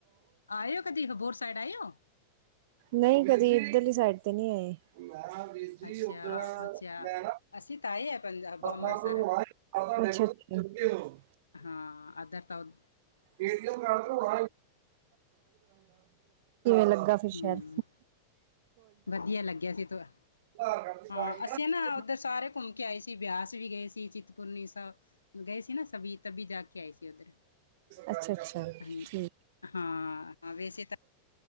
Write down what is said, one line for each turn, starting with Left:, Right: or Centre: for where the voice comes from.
Left: ਆਏ ਓ ਕਦੀ, ਅਬੋਹਰ ਸਾਈਡ ਆਏ ਓ?
Right: ਨਈਂ ਕਦੀ ਇੱਧਰਲੀ ਸਾਈਡ ਤੇ ਨ੍ਹੀਂ ਆਏ। ਵੀਰ ਜੀ
Left: ਅੱਛਾ,
Right: ਉੱਧਰ
Left: ਹਾਂ ਅੱਛਾ,
Right: ਮੈਂ ਨਾ
Left: ਅਸੀਂ ਤਾਂ ਆਏ ਆ ਪੰਜਾਬ
Right: ਭ
Left: ਅੰਮ੍ਰਿਤਸਰ।
Right: <unintelligible> ਹੁਕਓ
Left: ਹਾਂ ਅਦਰਰ ਤਾ ਉਹ
Right: <unintelligible> ਕਿਵੇਂ ਲੱਗਾ ਫਿਰ
Left: ਹੂੰ,
Right: ਸੈ਼ਰ?
Left: ਵਧੀਆ ਲੱਗਿਆ ਸੀ ਤੁਆ
Right: ਆਧਾਰ ਕਾਰਡ ਦੀ ਕਰਾ
Left: ਹਾਂ ਅਸੀਂ ਨਾ
Right: ਕੇ
Left: ਉੱਧਰ ਸਾਰੇ ਘੁੰਮ ਆਏ ਸੀ ਬਿਆਸ ਵੀ ਗਏ ਸੀ ਚਿੰਤਪੁਰਨੀ ਸਾਬ ਗਏ ਸੀ ਨਾ ਸਭੀ ਤਬੀ ਜਾ ਕੇ ਆਏ ਸੀ ਉੱਧਰ।
Right: ਅੱਛਾ ਅੱਛਾ
Left: ਹਾਂਜ
Right: ਠੀਕ।
Left: ਹਾਂ, ਆ ਵੇਸੇ ਤਾਂ